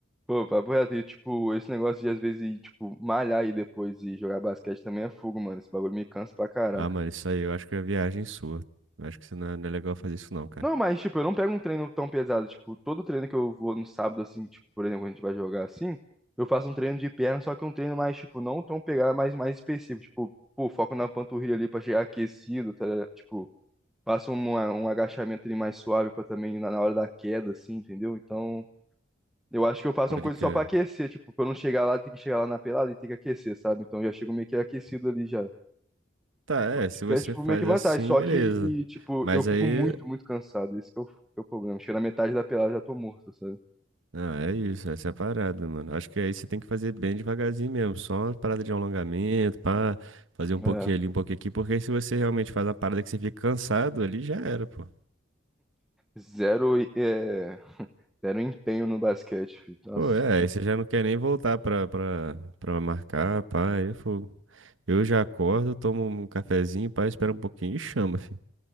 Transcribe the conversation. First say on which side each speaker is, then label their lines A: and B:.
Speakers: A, in the centre; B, on the right (about 80°).
A: Pô, papo reto, e, tipo, esse negócio de às vezes ir, tipo, malhar e depois e jogar basquete também é fogo, mano. Esse bagulho me cansa pra caraca.
B: Ah, mano, isso aí eu acho que é viagem sua. Eu acho que você não é, não é legal fazer isso não, cara.
A: Não, mas, tipo, eu não pego um treino tão pesado. Tipo, todo treino que eu vou no sábado, assim, tipo, por exemplo, quando a gente vai jogar assim, eu faço um treino de perna, só que um treino mais, tipo, não tão pegado, mas mais específico. Tipo, pô, foco na panturrilha ali pra chegar aquecido, tá? ligado? Tipo, faço um, um agachamento ali mais suave pra também na, na hora da queda, assim, entendeu? Então. Eu acho que eu faço
B: Pode
A: uma coisa
B: crer.
A: só pra aquecer, tipo, pra eu não chegar lá, ter que chegar lá na pelada e ter que aquecer, sabe? Então eu já chego meio que aquecido ali já.
B: Tá, é, se
A: Acho
B: você
A: que é, tipo,
B: faz
A: meio que vantagem,
B: assim,
A: só
B: beleza.
A: que, tipo,
B: Mas
A: eu fico
B: aí,
A: muito, muito cansado, esse que é o, que é o problema. Chega na metade da pelada eu já tô morto, sabe?
B: ah, é isso, essa é a parada, mano. Acho que aí você tem que fazer bem devagarzinho mesmo, só uma parada de alongamento, pá, fazer um
A: É,
B: pouquinho ali, um pouquinho aqui, porque aí se você realmente faz uma parada que você fica cansado, ali já era, pô.
A: zero, e- é, zero empenho no basquete, filho. Nossa.
B: Pô, é, aí você já não quer nem voltar pra, pra, pra marcar, pá, aí é fogo. Eu já acordo, tomo um cafezinho, pá, espera um pouquinho e chama, filho.